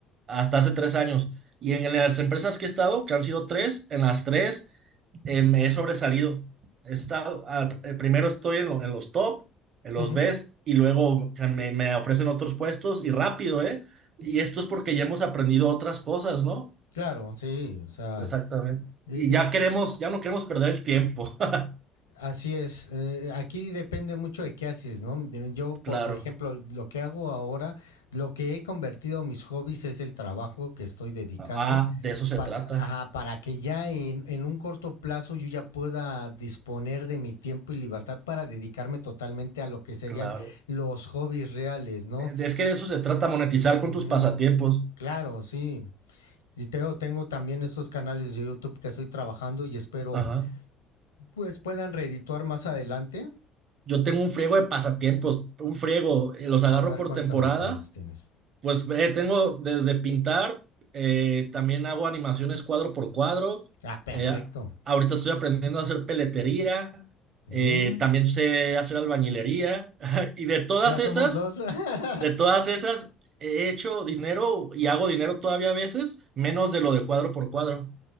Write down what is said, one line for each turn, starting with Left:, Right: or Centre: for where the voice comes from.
Right: hasta hace tres años. Y en, en las empresas que he estado, que han sido tres, en las tres eh, me he sobresalido. He estado, al- eh, primero estoy en, lo- en los top, en los
Left: ujú.
Right: best, y luego ca- me, me ofrecen otros puestos y rápido, ¿eh? Y esto es porque ya hemos aprendido otras cosas, ¿no?
Left: Claro, sí, o sea,
Right: Exactamente.
Left: eh,
Right: Y
Left: eh,
Right: ya queremos, ya no queremos perder el tiempo. <laughs>
Left: Así es, eh, aquí depende mucho de qué haces, ¿no? Yo, por
Right: Claro.
Left: ejemplo, lo que hago ahora, lo que he convertido mis hobbies es el trabajo que estoy dedicando
Right: Ah, de eso se
Left: para,
Right: trata.
Left: ajá, para que ya en, en un corto plazo yo ya pueda disponer de mi tiempo y libertad para dedicarme totalmente a lo que serían
Right: Claro.
Left: los hobbies reales, ¿no?
Right: Eh, Es que de eso se trata, monetizar
Left: Ujú.
Right: con tus pasatiempos.
Left: Claro, sí. Y tengo, tengo también estos canales de YouTube que estoy trabajando y espero
Right: Ajá.
Left: pues puedan reedituar más adelante
Right: Yo tengo un friego de pasatiempos, un friego, eh, los agarro
Left: A ver,
Right: por
Left: cuéntame
Right: temporada.
Left: cuáles tienes.
Right: Pues eh, tengo desde pintar, eh, también hago animaciones cuadro por cuadro.
Left: Ah, perfecto.
Right: eh, ahorita estoy aprendiendo a hacer peletería,
Left: Mm,
Right: eh, también sé hacer albañilería. <laughs> Y de todas
Left: ya somos
Right: esas,
Left: dos. <laughs>
Right: de todas esas, he hecho dinero y hago dinero todavía a veces, menos de lo de cuadro por cuadro,